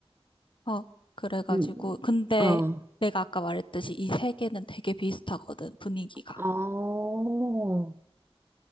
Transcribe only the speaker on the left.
어, 그래가지고
근데
내가 아까 말했듯이 이 세 개는 되게 비슷하거든 분위기가.